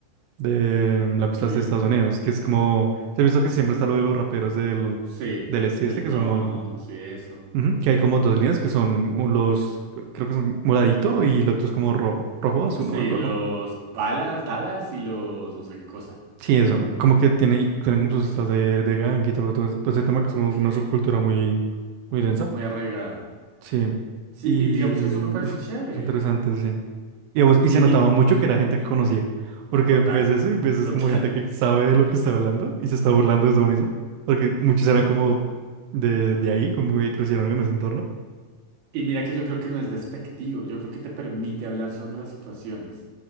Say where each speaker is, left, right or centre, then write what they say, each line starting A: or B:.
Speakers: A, on the right (about 85°); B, on the right (about 65°).
A: de mm,
B: Ok.
A: la costa este de Estados Unidos, que es como, se ha visto que siempre está lo de los raperos del,
B: Sí,
A: del este,
B: del
A: este,
B: Bronx
A: que son como,
B: y eso.
A: ujú, que hay como dos líneas que son un- los, creo que son moradito y el otro es como rojo, rojo o azul,
B: Sí,
A: no me acuerdo.
B: los balas, Dallas y los no sé qué cosa.
A: Sí, eso, como que tiene, y tienen como sus estas de, de gang y todo, todo, ese todo ese tema que
B: Ok,
A: es como una subcultura muy... Muy densa.
B: muy arraigada.
A: Sí,
B: Sí,
A: y
B: y digamos que eso me parece
A: uf,
B: chévere.
A: es interesante, sí. Y, vamos, y
B: Y,
A: se notaba
B: y-
A: mucho que era gente que conocía, porque
B: total,
A: ves eso y ves es
B: total.
A: como gente que sabe de lo que está hablando y se está burlando de eso mismo, porque
B: Ujú.
A: muchos eran como de, de ahí, como que crecieron en ese entorno.
B: Y mira que yo creo que no es despectivo, yo creo que te permite hablar sobre las situaciones.